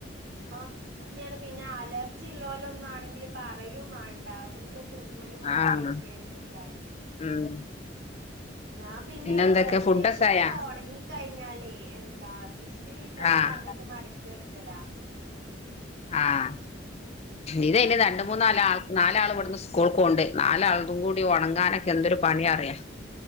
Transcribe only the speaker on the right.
ആ <unintelligible> പിന്നെ അലർ ജില്ലോലുന്നാണെങ്കില് പറയും വാണ്ട ഫുള്ള് തുമ്മലും കോരയും
ഒക്കെന്നേയ്ക്കാരം
ഞാൻ പിന്നെ
ഏകദേശക്കണ്ട്
ഉണങ്ങിക്കഴിഞ്ഞാലേ എന്താ ഇസ് ത്തിരി ഇട്ടാണ്ട്
അങ്ങട്ട് മടക്കി വെക്കല
ആഹ്